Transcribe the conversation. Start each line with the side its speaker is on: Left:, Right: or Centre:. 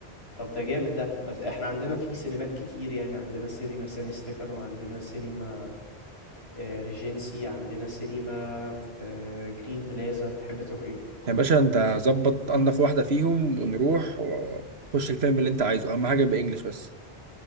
Left: طب ده جامد ده بس احنا عندنا في سينمات كتير يعني عندنا سينما سان ستيفانو عندنا سينما آه، ريجنسي عندنا سينما في آه، جرين بلازا تحب تروح إيه؟
Right: يا باشا انت ظبط انضف واحده فيهم ونروح ونخش الفيلم اللي انت عايزه اهم حاجه يبقى انجلش بس